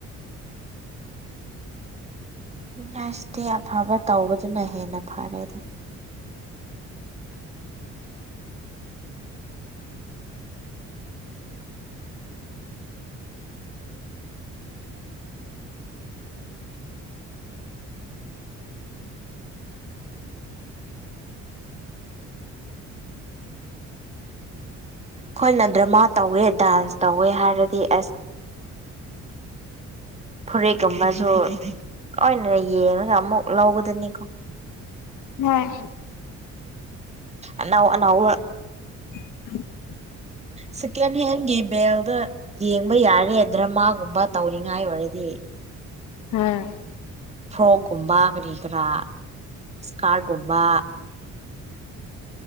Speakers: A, on the right; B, on the left.
A: ꯃꯤ ꯍꯥꯏꯁꯤꯗꯤ ꯑꯐꯕ ꯇꯧꯕꯗꯨꯅ ꯍꯦꯟꯅ ꯐꯔꯦꯗꯥ ꯈꯣꯏꯅ ꯗ꯭ꯔꯃꯥ ꯇꯧꯋꯦ ꯗꯥꯟꯁ ꯇꯧꯋꯦ ꯍꯥꯏꯔꯗꯤ ꯑꯦꯁ ꯐꯨꯔꯤꯠꯀꯨꯝꯕꯁꯨ ꯂꯣꯏꯅ ꯌꯦꯡꯉꯒ ꯑꯃꯨꯛ ꯂꯧꯒꯗꯅꯤꯀꯣ
B: ꯅꯣꯏ
A: ꯑꯅꯧ ꯑꯅꯧꯕ
B: <inaudible>
A: ꯁꯤꯀꯦꯜ ꯍꯦꯜꯒꯤ ꯕꯦꯟꯗ ꯌꯦꯡꯕ ꯌꯥꯔꯦ ꯗ꯭ꯔꯃꯥꯒꯨꯝꯕ ꯇꯧꯔꯤꯉꯥꯏ ꯑꯣꯏꯔꯗꯤ
B: ꯍꯥꯥ
A: ꯐ꯭ꯔꯣꯛꯀꯨꯝꯕ ꯀꯔꯤ ꯀꯔꯥ ꯏꯁ꯭ꯀꯥꯔ ꯒꯨꯝꯕ